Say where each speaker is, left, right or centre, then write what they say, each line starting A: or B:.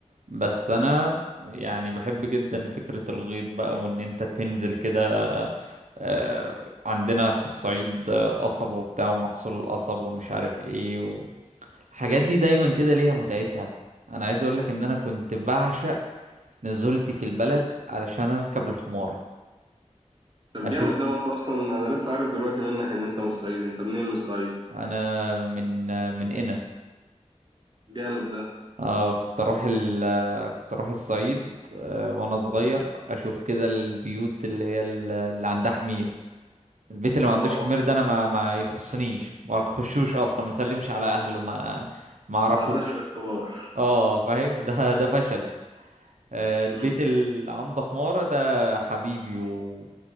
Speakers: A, on the right; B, on the right.
A: بس أنا يعني بحب جدا فكرة الغيط بقى وإن أنت تنزل كده آه، عندنا في الصعيد آه، قصب وبتاع ومحصول القصب ومش عارف إيه و... الحاجات دي دايما كده ليها متعتها أنا عايز أقولك إن أنا كنت بعشق نزولتي في البلد علشان أركب الحمارة
B: طب
A: أشوف
B: جامد ده وأنت أصلا أنا لسه عارف دلوقتي منك إن أنت مش صعيدي أنت منين مش صعيد
A: أنا من آه، من قنا
B: جامد ده
A: اه كنت اروح ال آه، كنت اروح الصعيد آه، وانا صغير اشوف كده البيوت اللي هي ال- اللي عندها حمير البيت اللي ما عندوش
B: اه
A: حمير ده انا ما ما يخصنيش ما اخشوش اصلا ما اسلمش على اهله ما ما اعرفوش
B: ما عداش الاختبار
A: اه فاهم ده ده فشل آه، البيت
B: مم.
A: اللي عنده حمارة ده حبيبي و...